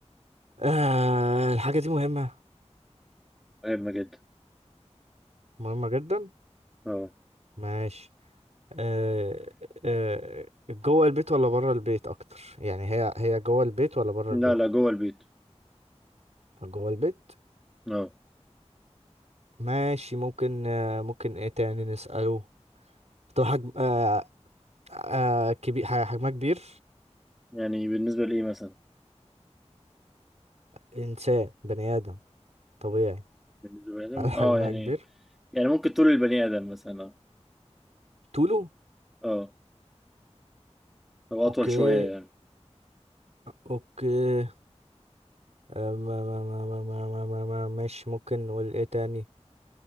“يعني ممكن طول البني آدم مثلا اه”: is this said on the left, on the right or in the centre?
Centre